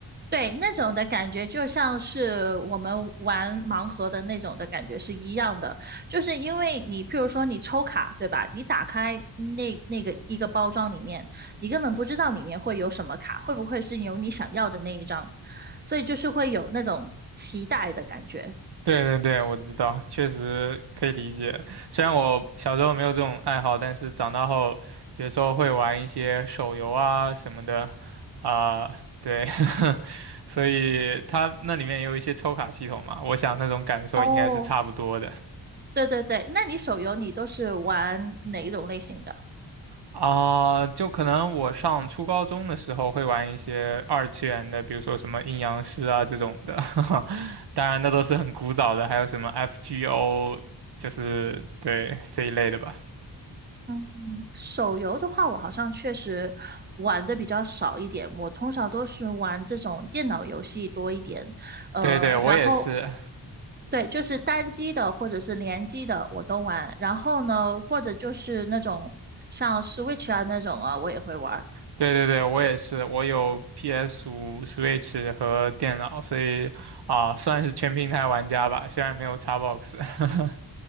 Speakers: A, on the right; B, on the right.
A: 对，那种的感觉就像是我们玩盲盒的那种的感觉是一样的，就是因为你，譬如说你抽卡，对吧？你打开那那个一个包装里面，你根本不知道里面会有什么卡，会不会是有你想要的那一张，所以就是会有那种期待的感觉。
B: 对对对，我知道，确实可以理解。虽然我小时候没有这种爱好，但是长大后有时候会玩一些手游啊什么的，啊、对，<laughs> 所以它那里面也有一些抽卡系统嘛，我想那种感受应该是差不多的。
A: 哦，对对对，那你手游你都是玩哪一种类型的？
B: 啊、就可能我上初高中的时候会玩一些二次元的，比如说什么阴阳师啊这种的，<laughs> 当然那都是很古早的，还有什么 FGO，就是对这一类的吧。
A: 嗯，手游的话，我好像确实玩的比较少一点。我通常都是玩这种电脑游戏多一点，呃，
B: 对对，我也是，
A: 然后对，就是单机的或者是联机的我都玩。然后呢，或者就是那种像 Switch 啊那种啊，我也会玩儿。
B: 对对对，我也是，我有 p s 五、Switch 和电脑，所以啊、算是全平台玩家吧，虽然没有 Xbox。<laughs>